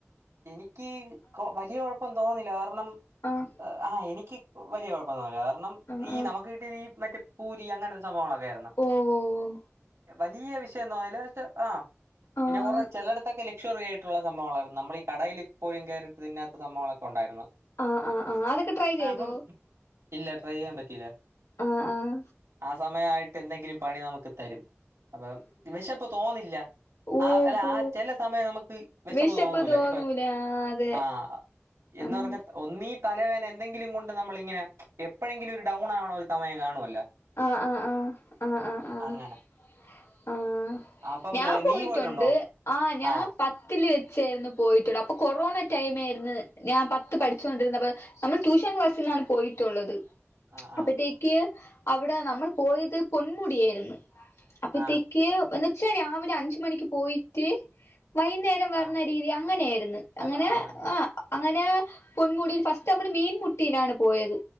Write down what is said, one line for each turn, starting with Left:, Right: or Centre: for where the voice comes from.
Right: എനിക്ക് വലിയ കൊഴപ്പം തോന്നില്ല കാരണം
Left: ആഹ്
Right: ആഹ് എനിക്ക് വലിയ കൊഴപ്പൊന്നുല്ല കാരണം
Left: ആഹ്
Right: ഈ
Left: ആഹ്
Right: നമക്ക് കിട്ടിയ ഈ മറ്റേ പൂരി അങ്ങനത്തെ സംഭവങ്ങളാ. <unintelligible>
Left: ഓഹ്
Right: വലിയ വിഷയൊന്നു ആയില <unintelligible> ആഹ്
Left: ആഹ്
Right: പിന്നെ കൊറേ ചെലെടത്തക്കെ ലക്ഷ്യറി ആയിട്ടുള്ള സംഭവങ്ങളായിരുന്നു നമ്മളീ കടയിലിപ്പൊഴും കേറിട്ട് തിന്നാത്ത സംഭവങ്ങളൊക്കെ ഒണ്ടായിരുന്നു
Left: ആഹ് ആഹ് ആഹ് അതൊക്കെ ട്രൈ ചെയ്തോ
Right: അപ്പം ഇല്ല ട്രൈ ചെയ്യാൻ പറ്റീല.
Left: ആഹ് ആഹ്
Right: സമയായിട്ടെന്തെങ്കിലും പണി നമുക്ക് തരും. അപ്പം വെശപ്പ് തോന്നില്ല
Left: ഓഹ്
Right: ആ അല്ല
Left: പോ
Right: ആ ചെല സമയം നമുക്ക് വെശപ്പ്
Left: വിശപ്പ്
Right: തോന്നൂല ഇപ്പ് പ്പം
Left: ആഹ് അതെ
Right: ആഹ് എന്നാറഞ്ഞെ
Left: ആഹ്
Right: ഒന്നീ തലവേന എന്തെങ്കിലും കൊണ്ട് നമ്മളിങ്ങനെ എപ്പഴെങ്കിലും ഒരു ഡൗൺ ആവണരു സമയം കാണുവല്ലോ.
Left: ആഹ് ആഹ് ആഹ് ആഹ് ആഹ്
Right: അങ്ങനെ.
Left: ആഹ് ആഹ്
Right: അപ്പം
Left: ഞാൻ
Right: ഏ,
Left: പോയിറ്റൊണ്ട്
Right: നീ പോയിട്ടുണ്ടോ?
Left: ആഹ് ഞാം
Right: ആ.
Left: പത്തില് വെച്ചെരുന്നു പോയിട്ടുള്ള അപ്പ കൊറോണ ടൈമേരുന്ന് ഞാൻ പത്ത് പഠിച്ചുകൊണ്ടിരുന്നപ്പൊ. നമ്മള് ട്യൂഷൻ ക്ലാസ്സിന്നാണ് പോയിട്ടുള്ളത്.
Right: ആ ആ
Left: അപ്പത്തേക്ക് അവ്ടെ നമ്മള് പോയത് പൊന്മുടിയാര്ന്ന് അപ്പത്തേ
Right: ആ
Left: ക്ക് എന്ന്ച്ച രാവിലെ അഞ്ച് മണിക്ക് പോയിട്ട് വൈന്നേ രം വര്ണ
Right: ആ
Left: രീതി അങ്ങനെയാര്ന്ന്
Right: പറഞ്ഞോ.
Left: അങ്ങനേ
Right: ആ മനസ്സിലായി.
Left: ആഹ് അങ്ങന പൊൻമുടീല് ഫസ്റ്റമ്മള് മീൻമുട്ടീലാണ് പോയത്.